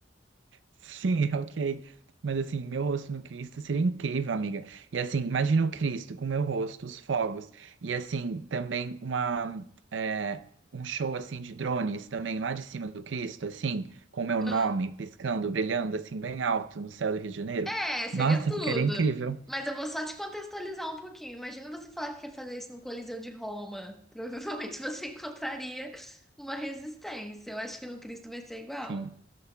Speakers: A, on the right; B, in the centre.
A: Sim, <laughs> ok. Mas assim, meu rosto no Cristo seria incrível, amiga. E assim, imagina o Cristo com meu rosto, os fogos. E assim, também uma, é, um show assim de drones também lá de cima do Cristo, assim, com o meu nome
B: Ah.
A: piscando, brilhando assim bem alto no céu do Rio de Janeiro.
B: É, seria
A: Nossa,
B: tudo.
A: ficaria incrível.
B: Mas eu vou só te contextualizar um pouquinho. Imagina você falar que quer fazer isso no Coliseu de Roma. Provavelmente você <laughs> encontraria uma resistência. Eu acho que no Cristo vai ser igual.
A: Sim.